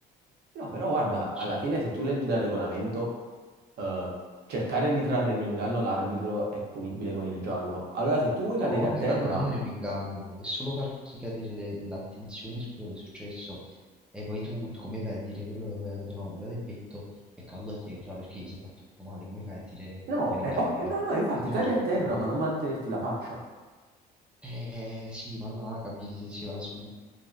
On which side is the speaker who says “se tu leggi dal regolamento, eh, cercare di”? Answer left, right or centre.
Right